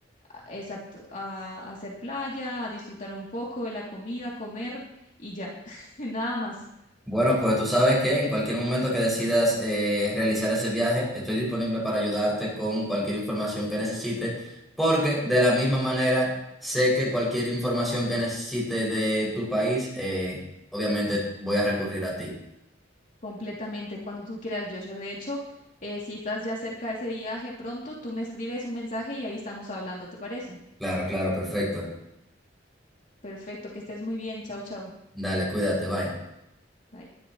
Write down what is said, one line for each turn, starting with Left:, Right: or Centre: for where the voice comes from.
Left: a- exacto, a a hacer playa, a disfrutar un poco de la comida, comer y ya, <laughs> nada más,
Centre: Bueno, pues tú sabes que en cualquier momento que decidas eh, realizar ese viaje, estoy disponible para ayudarte con cualquier información que necesites, porque de la misma manera sé que cualquier información que necesite de tu país, eh, obviamente voy a recurrir a ti.
Left: completamente, cuando tú quieras, Joshua. De hecho, eh, si estás ya cerca de ese viaje pronto, tú me escribes un mensaje y ahí estamos hablando, ¿te parece?
Centre: Claro, claro, perfecto.
Left: Perfecto, que estés muy bien, chao, chao.
Centre: Dale, cuídate, bye.
Left: Bye.